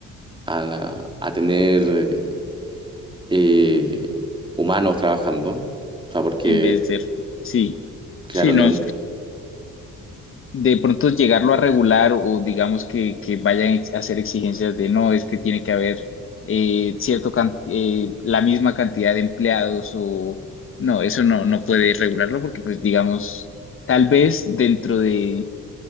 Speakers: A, on the right; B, on the left.
A: a- a tener eh, eh, humanos trabajando. O sea, porque,
B: en vez de, sí,
A: claro,
B: sí,
A: no,
B: no.
A: no-
B: De pronto llegarlo a regular o digamos que, que vayan ex- a hacer exigencias de no, es que tiene que haber eh, cierto can- eh, la misma cantidad de empleados o no, eso no, no puede regularlo porque pues digamos, tal vez dentro de